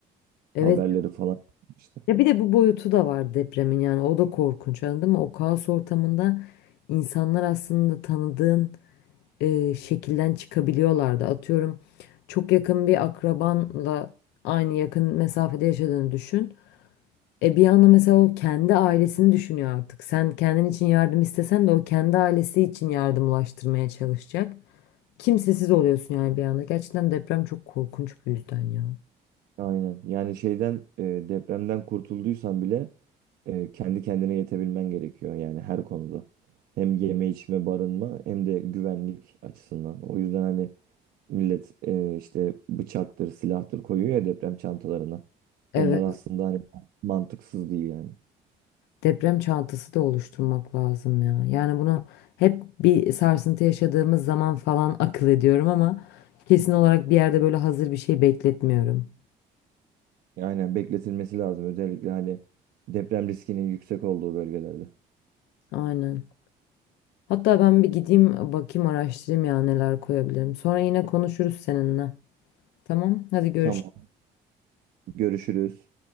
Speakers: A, on the left; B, on the right.
A: Evet.
B: Haberleri falan işte.
A: Ya bir de bu boyutu da var depremin yani o da korkunç anladın mı? O kaos ortamında insanlar aslında tanıdığın e, şekilden çıkabiliyorlardı. Atıyorum çok yakın bir akrabanla aynı yakın mesafede yaşadığını düşün. E bir anda mesela o kendi ailesini düşünüyor artık. Sen kendin için yardım istesen de o kendi ailesi için yardım ulaştırmaya çalışacak. Kimsesiz oluyorsun yani bir anda. Gerçekten deprem çok korkunç bu yüzden ya.
B: Aynen. Yani şeyden e, depremden kurtulduysan bile e, kendi kendine yetebilmen gerekiyor yani her konuda. Hem yeme içme barınma hem de güvenlik açısından. O yüzden hani millet e, işte bıçaktır, silahtır koyuyor ya deprem çantalarına.
A: Evet,
B: Onlar aslında hani mantıksız değil yani.
A: deprem çantası da oluşturmak lazım ya. Yani bunu hep bir sarsıntı yaşadığımız zaman falan akıl ediyorum ama kesin olarak bir yerde böyle hazır bir şey bekletmiyorum.
B: Aynen bekletilmesi lazım özellikle hani deprem riskinin yüksek olduğu bölgelerde.
A: Aynen. Hatta ben bir gideyim bakayım araştırayım ya neler koyabilirim. Sonra yine konuşuruz seninle. Tamam, hadi görüşürüz.
B: Tamam, görüşürüz.